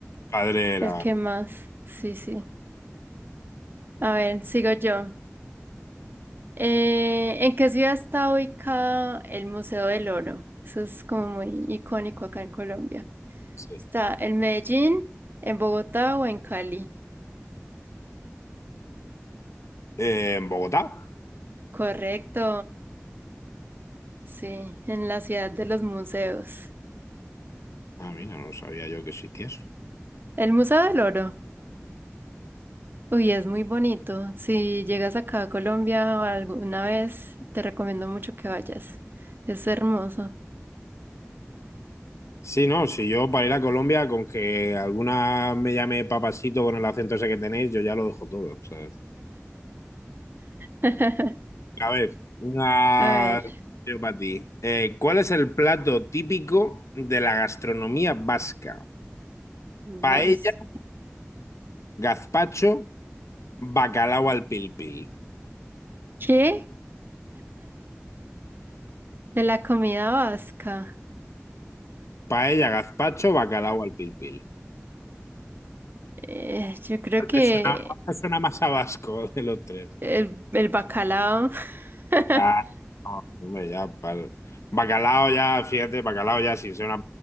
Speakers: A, on the left; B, on the right.
A: Padre era
B: el que más. Sí, sí. A ver, sigo yo. Eh, ¿en qué ciudad está ubicado el Museo del Oro? Eso es como muy icónico acá en Colombia.
A: sí.
B: ¿Está en Medellín, en Bogotá o en Cali?
A: Eh, en Bogotá.
B: Correcto. Sí, en la ciudad de los museos.
A: Ah, mira, no sabía yo que existía eso.
B: El Museo del Oro. Uy, es muy bonito. Si llegas acá a Colombia alguna vez, te recomiendo mucho que vayas. Es hermoso.
A: Sí, no, si yo para ir a Colombia, con que alguna me llame papasito con el acento ese que tenéis, yo ya lo dejo todo, ¿sabes?
B: <laughs>
A: A ver, una
B: A ver,
A: yo para ti. Eh, ¿cuál es el plato típico de la gastronomía vasca? Paella,
B: vas.
A: gazpacho, bacalao al pil pil.
B: ¿Qué? De la comida vasca.
A: Paella, gazpacho, bacalao al pil pil.
B: Eh, yo creo
A: ¿Cuál
B: que
A: te suena, cuál te suena más a vasco de los tres?
B: el, el bacalao. <laughs>
A: Ah, no, hombre, ya, pal. Bacalao ya, fíjate, bacalao ya, si es una...